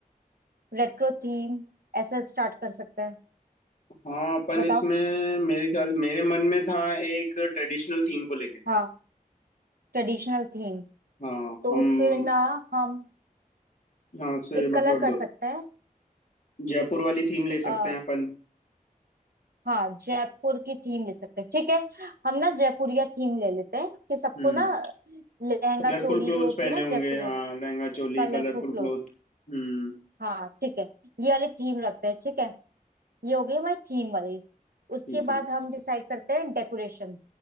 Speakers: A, on the right; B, on the left.
A: रेट्रो थीम ऐसे स्टार्ट कर सकते हैं
B: हाँ अपन
A: बताओ
B: इसमें मेरे ख्याल मेरे मन में था एक ट्रेडिशनल थीम को लेके
A: हाँ ट्रेडिशनल थीम
B: हाँ
A: तो
B: हम
A: फिर ना हम
B: यहाँ से
A: एक कलर
B: मतलब
A: कर सकते
B: जयपुर वाली थीम ले सकते
A: हैं
B: हैं अपन
A: हाँ जयपुर की थीम ले सकते हैं ठीक है हम ना जयपुरिया थीम ले लेते हैं कि सबको
B: हम्म
A: ना लहंगा
B: कलरफुल
A: चोली
B: क्लोथ्स
A: जो होती
B: पहने
A: है ना
B: होंगे
A: जयपुरिया
B: हाँ लहंगा चोली
A: कलरफुल
B: कलरफुल
A: क्लोथ
B: क्लोथ हम्म
A: हाँ ठीक है ये वाली थीम रखते हैं ठीक है ये हो गई हमारी थीम वाली उसके
B: ठीक है
A: बाद हम डिसाइड करते हैं डेकोरेशन